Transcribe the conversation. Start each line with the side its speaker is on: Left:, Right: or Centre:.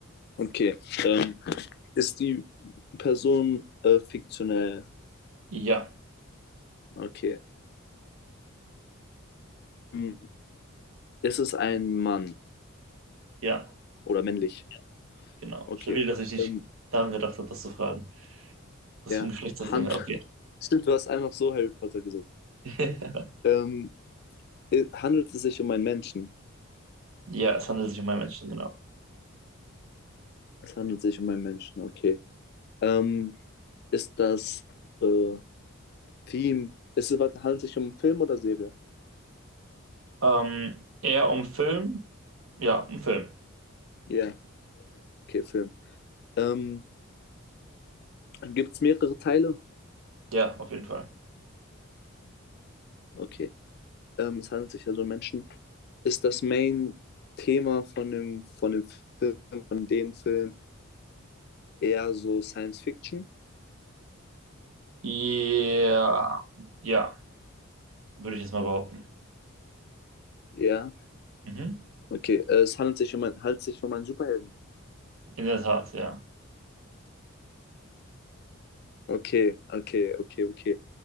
Left: okay. Ähm, Ist die Person äh, fiktionell?
Right: Ja,
Left: Okay. Hm. Ist es ein Mann
Right: ja,
Left: oder männlich?
Right: genau.
Left: Okay.
Right: Stabil, dass ich nicht
Left: Ähm,
Right: daran gedacht habe, das zu fragen. Was
Left: ja,
Right: für ein Geschlecht
Left: Hand.
Right: das Ding? hat. Okay.
Left: <laughs> Stimmt, du hast einfach so Harry Potter gesagt.
Right: <laughs>
Left: Ähm, i- handelt es sich um einen Menschen?
Right: Ja, es handelt sich um einen Menschen, genau.
Left: Es handelt sich um einen Menschen, okay. Ähm, ist das äh, Theme? Ist es, was- handelt es sich um Film oder Serie?
Right: Ähm, eher um Film? Ja, um Film.
Left: Ja, okay, Film. Ähm, gibt es mehrere Teile?
Right: Ja, auf jeden Fall.
Left: Okay. Ähm, es handelt sich also um Menschen. ist das Main-Thema von dem, von dem Film, von den Filmen eher so Science Fiction?
Right: Ja, ja, würde ich jetzt mal behaupten.
Left: Ja.
Right: Mhm.
Left: Okay, äh, es handelt sich um, ein, handelt sich um einen Superhelden.
Right: In der Tat, ja.
Left: Okay, okay, okay, okay.